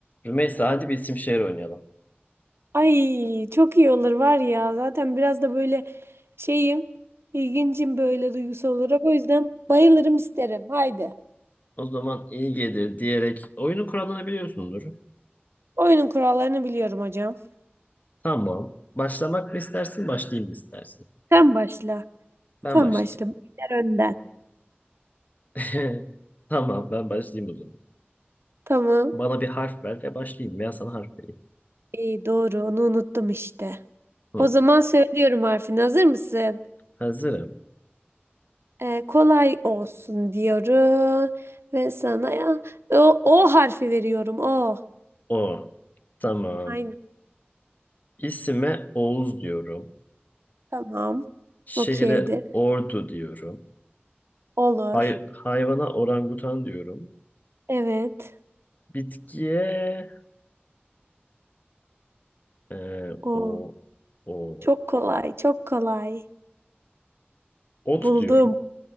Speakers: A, on the left; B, on the right.
A: Rümeysa hadi bir isim şehir oynayalım.
B: Ay çok iyi olur var ya. Zaten biraz da böyle şeyim, ilgincim böyle duygusal olarak. O yüzden bayılırım isterim. Haydi.
A: O zaman iyi gelir diyerek oyunu kurallarını biliyorsundur.
B: Oyunun kurallarını biliyorum hocam.
A: Tamam. Başlamak mı istersin, başlayayım mı istersin?
B: Sen başla.
A: Ben
B: Sen
A: başlayayım.
B: başla. Başlar önden.
A: <laughs> Tamam, ben başlayayım o zaman.
B: Tamam.
A: Bana bir harf ver ve başlayayım veya sana harf vereyim.
B: İyi doğru. Onu unuttum işte.
A: Hı.
B: O zaman söylüyorum harfini. Hazır mısın?
A: Hazırım.
B: Ee, kolay olsun diyorum. Ve sana ya o, o harfi veriyorum. O.
A: O. Tamam.
B: Aynen.
A: İsime Oğuz diyorum.
B: Tamam.
A: Şehre
B: Okeydir.
A: Ordu diyorum.
B: Olur.
A: Hay hayvana orangutan diyorum.
B: Evet.
A: Bitkiye e,
B: O.
A: o o
B: Çok kolay, çok kolay.
A: ot
B: Buldum.
A: diyorum.